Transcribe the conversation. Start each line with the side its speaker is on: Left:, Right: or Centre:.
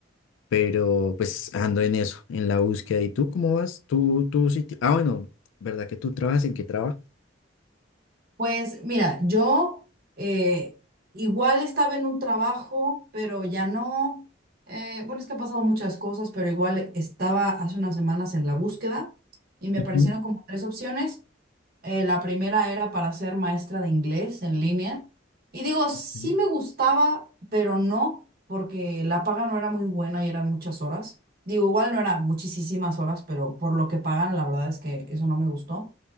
Left: pero pues ando en eso, en la búsqueda. ¿Y tú cómo vas? Tú, tú sí. ti- Ah, bueno, ¿verdad que tú trabajas? ¿En qué trabajas?
Right: Pues mira, yo eh, igual estaba en un trabajo, pero ya no. eh, bueno, es que ha pasado muchas cosas, pero igual estaba hace unas semanas en la búsqueda y me
Left: Ujú,
Right: aparecieron como tres opciones. Eh, la primera era para ser maestra de inglés en línea. Y digo, sí
Left: ujú.
Right: me gustaba, pero no, porque la paga no era muy buena y eran muchas horas. Digo, igual no eran muchísimas horas, pero por lo que pagan, la verdad es que eso no me gustó.